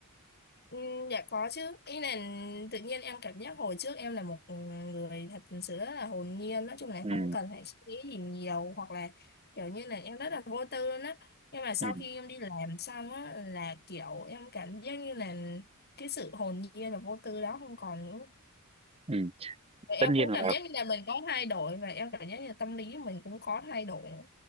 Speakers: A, on the left (about 45°); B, on the right (about 25°).
A: Ừ, dạ có chứ ý là tự nhiên em cảm giác hồi trước em là một người thật sự rất là hồn nhiên nói chung là
B: ừ
A: không cần phải suy nghĩ gì nhiều hoặc là kiểu như là em rất là vô tư luôn á nhưng mà sau
B: ừ
A: khi em đi làm xong á là kiểu em cảm giác như là cái sự hồn nhiên và vô tư đó không còn nữa
B: ừ
A: và em
B: tất nhiên
A: cũng
B: là
A: cảm giác như là mình có thay đổi và em cảm giác như là tâm lý mình cũng có thay đổi nữa